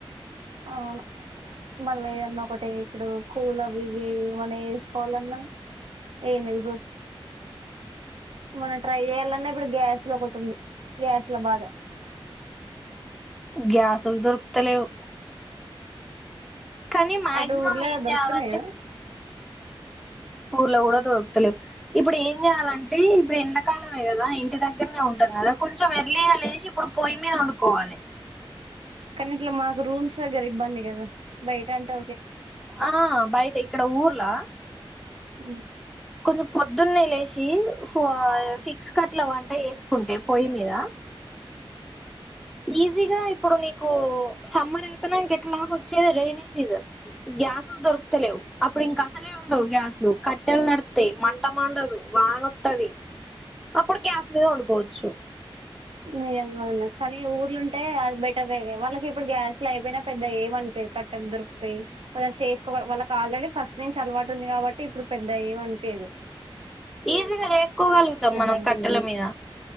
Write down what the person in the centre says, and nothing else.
గ్యాస్లు దొరుకుతలేవ్ కానీ మాక్సిమం
ఏం
చేయాలంటే ఊర్లో కూడా దొర్కతలేవ్ ఇప్పుడు ఏ ఏం చేయాలంటే ఇప్పుడు ఎండాకాలమే కదా ఇంటి దగ్గరనే ఉంటాం కదా కొంచెం ఎర్లీగా లేచి ఇప్పుడు పొయ్యి మీద వండుకోవాలి
ఆ బయట ఇక్కడ ఊర్లా
కొంచెం పొద్దున్నే లేసి ఫ సిక్స్ కట్ల వంట వేసుకుంటే పొయ్యి మీద ఈజీగా ఇప్పుడు నీకు సమ్మర్ అయితున ఇంకెట్లాగ వచ్చేది రెైన సీజన్ గ్యాస్లు దొరుకుతలేవు అప్పుడు ఇంక అసలే ఉండవు గ్యాస్లు కట్టెలు నడితేా మంట మండదు వానతుది అప్పుడు గ్యాస్ మీద వండుకోవచ్చు
ఈజీగా చేసుకోగలుగుతాం మనం
కట్టెల మీద